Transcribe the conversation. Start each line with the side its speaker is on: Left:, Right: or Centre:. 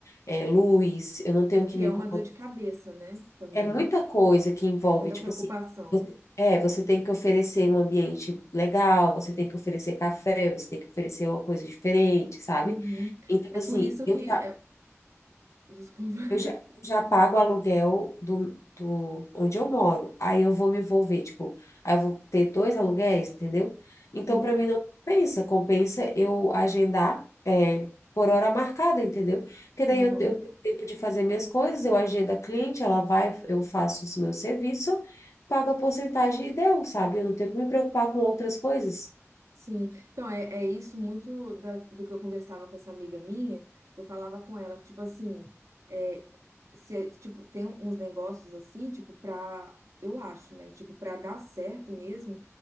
Left: é, luz, eu não tenho
Right: É que
Left: que me
Right: é
Left: incomodar.
Right: uma dor de cabeça, né? Também.
Left: É muita coisa que envolve,
Right: É muita
Left: tipo
Right: preocupação.
Left: assim, você- é, você tem que oferecer um ambiente legal, você tem que oferecer café, você tem que oferecer uma coisa diferente, sabe?
Right: Uhum.
Left: Então,
Right: É
Left: assim,
Right: por isso
Left: eu
Right: que.
Left: já
Right: é- Desculpa. <laughs>
Left: Eu já, eu já pago o aluguel do, do onde eu moro. Aí eu vou me envolver, tipo, aí eu vou ter dois aluguéis, entendeu? Então,
Right: Sim.
Left: para mim, não compensa. Compensa eu agendar é, por hora marcada, entendeu? Porque daí
Right: Aham.
Left: eu, eu tenho tempo de fazer minhas coisas, eu agendo a cliente, ela vai, eu faço o meu serviço, pago a porcentagem e deu, sabe? Eu não tenho que me preocupar com outras coisas.
Right: Sim, então é, é isso muito da, do que eu conversava com essa amiga minha, que eu falava com ela, que tipo assim, é, se, tipo, tem uns negócios assim, tipo, pra, eu acho, né, tipo, pra dar certo mesmo,